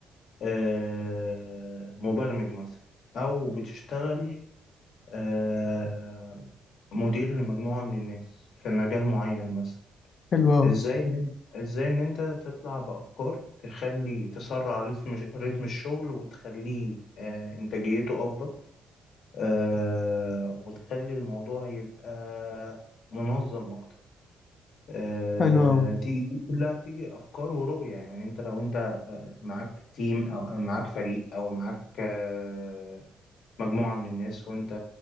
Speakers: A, on the left (about 70°); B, on the left (about 50°).
A: آه مبرمج مثلا أو بتشتغل آه مدير لمجموعة من الناس في مجال معين مثلا
B: حلو أوي
A: إزاي إن- إزاي إن أنت تطلع بأفكار تخلي تسرع رتم رتم الشغل وتخليه آه إنتاجيته أفضل آه وتخلي الموضوع يبقى منظم أكتر آه
B: حلو أوي
A: دي دي كلها بتيجي أفكار ورؤية يعني أنت لو أنت آه، معاك تيم أو أو معاك فريق أو معاك آه، مجموعة من الناس وأنت